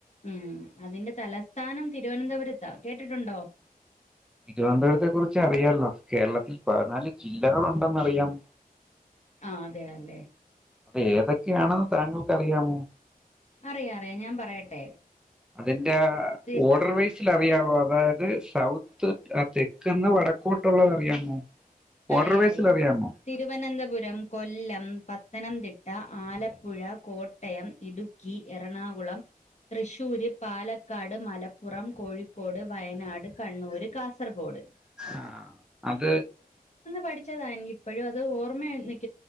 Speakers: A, on the left; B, in the centre.
A: ഉം അതിന്റെ തലസ്ഥാനം തിരുവനന്തപുരത്താ കേട്ടിട്ടുണ്ടോ
B: തിരുവനന്തപുരത്തെ കുറിച്ച് അറിയാലോ കേരളത്തിൽ പതിനാല് ജില്ലകളുണ്ടെന്നറിയാം
A: ആ അതെ അല്ലെ
B: അത് ഏതൊക്കെയാണെന്ന് താങ്കൾ അറിയാമോ
A: അറിയ അറിയാം ഞാൻ പറയട്ടെ
B: അതെ എ
A: തി
B: ഓർഡർ വൈസിൽ അറിയവോ അതായത് സൗത്ത് തെക്കന്ന് വടക്കോട്ടുള്ളത് അറിയാമോ
A: അറിയ
B: ഓർഡർ വൈസിൽ
A: അറിയാം
B: അറിയാമോ
A: തിരുവനന്തപുരം കൊല്ലം പത്തനംതിട്ട ട്ട ആലപ്പുഴ കോട്ടയം ഇടുക്കി എറണാകുളം തൃശ്ശൂര് പാലക്കാട് മലപ്പുറം കോഴിക്കോട് ക്കോട് വയനാട് കണ്ണൂര് കാസർഗോഡ്
B: ആ അത്
A: പഠിച്ചതായി എനി ഇപ്പോഴും അത് ഓർമ്മയനിക്ക്